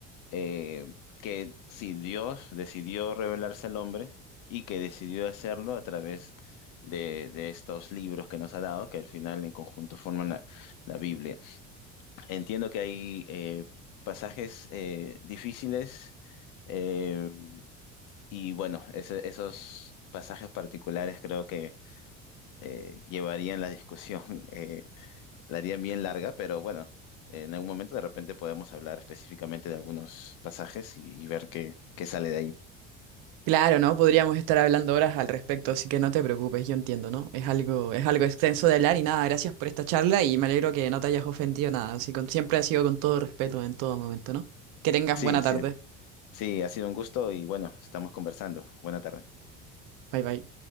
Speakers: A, on the left; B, on the right.
A: eh, que si Dios decidió revelarse al hombre y que decidió hacerlo a través de, de estos libros que nos ha dado, que al final en conjunto forman la, la Biblia. Entiendo que hay eh, pasajes eh, difíciles eh, y bueno, ese- esos pasajes particulares creo que eh, llevarían la discusión <laughs> la haría bien larga, pero bueno, en algún momento de repente podemos hablar específicamente de algunos pasajes y, y ver qué, qué sale de ahí.
B: Claro, ¿no? Podríamos estar hablando horas al respecto, así que no te preocupes, yo entiendo, ¿no? Es algo, es algo extenso de hablar y nada, gracias por esta charla y me alegro que no te hayas ofendido nada, así con, siempre ha sido con todo respeto en todo momento, ¿no? Que tengas
A: Sí,
B: buena
A: sí,
B: tarde.
A: sí, ha sido un gusto y bueno, estamos conversando. Buena tarde.
B: Bye bye.